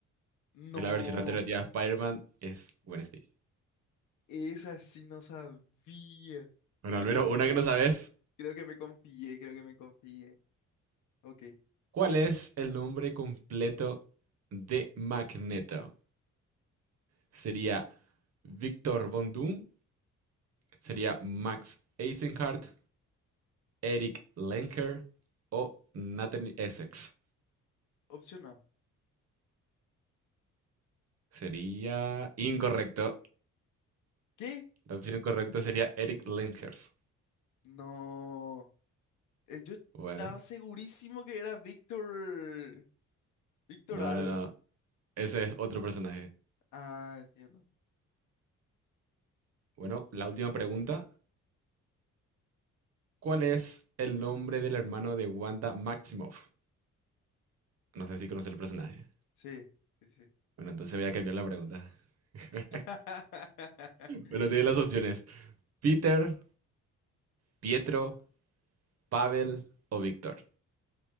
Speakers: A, on the left (about 85°); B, on the right (about 55°).
A: No.
B: Es la versión alternativa de Spider-Man, es Gwen Stacy.
A: Esa sí no sabía.
B: Bueno,
A: Me
B: al menos
A: confié.
B: una que no sabes.
A: Creo que me confié, creo que me confié. Ok.
B: ¿Cuál es el nombre completo de Magneto? ¿Sería Victor Von Doom? ¿Sería Max Eisenhardt? ¿Eric Lenker? ¿O Nathan Essex?
A: Opción A.
B: Sería incorrecto.
A: ¿Qué?
B: La opción correcta sería Eric Lenkers.
A: No. Eh, Yo estaba
B: Bueno,
A: segurísimo que era Víctor. Víctor
B: no,
A: algo.
B: no, no. Ese es otro personaje.
A: Ah, entiendo.
B: Bueno, la última pregunta. ¿Cuál es el nombre del hermano de Wanda Maximoff? No sé si conoce el personaje.
A: Sí, sí, sí.
B: Bueno, entonces voy a cambiar la pregunta. <laughs>
A: <laughs>
B: bueno, tiene las opciones. Peter, Pietro, Pavel o Víctor.